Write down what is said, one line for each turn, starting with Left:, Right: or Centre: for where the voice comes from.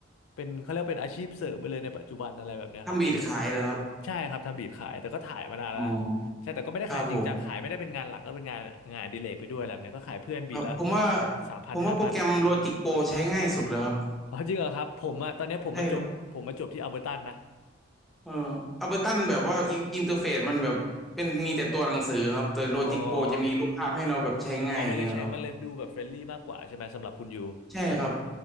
Left: เป็นเขาเรียก่เป็นอาชีพเสริมไปเลยในปัจจุบันอะไรแบบเนี้ยครับผม
Centre: ทำบีดขายเหรอครับ
Left: ใช่ครับทำบีทขายแต่ก็ถ่ายมานานแล้วนะใช่แต่ก็ไม่ได้ขายจริงจังขายไม่ได้เป็นงานหลักก็เป็นงานงานอดิเลกไปด้วยอะไรแบบเนี้ยก็ขายเพื่อนบีทละ
Centre: อ๋อครับผมครับผมว่า
Left: สามพันห้าพัน
Centre: ผมว่าโปรแกรม Logic Pro ใช้ง่ายสุดแล้วครับ
Left: อ๋อจริงเหรอครับผมอะตอนเนี้ยผมมาจบผมมาจบที่อัลเบอร์ตันนะ
Centre: ใช่ครับเอออัลเบอร์ตันแบบว่าอิอินเทอร์เฟซมันแบบเป็นมีแต่ตัวหนังสือครับแต่
Left: อ๋อ
Centre: Logic Pro จะมีรูปภาพให้เราแบบใช้ง่ายอย่างเงี้ยครับ
Left: อ๋อมันเลยใช้มันเลยดูแบบเฟรนลี่มากกว่าใช่ไหมสำหรับคุณยู
Centre: ใช่ครับ